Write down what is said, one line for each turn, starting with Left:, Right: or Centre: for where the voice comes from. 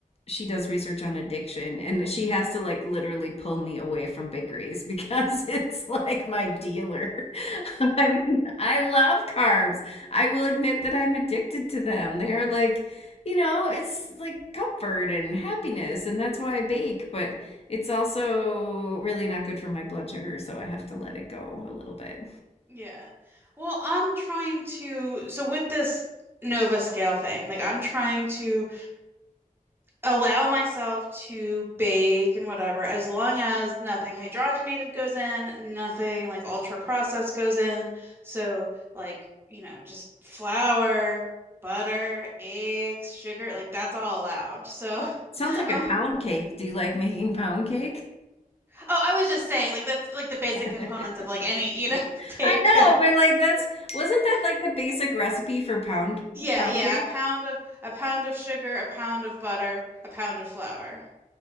Left: she does research on addiction and she has to like literally pull me away from bakeries because <laughs> it's like my dealer. <laughs> I mean, I love carbs. I will admit that I'm addicted to them. They are like, you know, it's like comfort and happiness, and that's why I bake, but it's also really not good for my blood sugar, so I have to let it go a little bit.
Right: Yeah. Well, I'm trying to, so with this Nova scale thing, like I'm trying to allow myself to bake and whatever, as long as nothing hydrogenated goes in, nothing like ultra processed goes in. So, like, you know, just flour, butter, eggs, sugar, like that's all allowed. So,
Left: Sounds
Right: <laughs>
Left: like a
Right: um,
Left: pound cake. Do you like making pound cake?
Right: oh, I was just saying, like, that's like the basic
Left: <laughs>
Right: components of like any, you know, <laughs> bake.
Left: I know, but like that's wasn't that like the basic recipe for pound
Right: Yeah,
Left: pound
Right: yeah,
Left: cake?
Right: a pound of a pound of sugar, a pound of butter, a pound of flour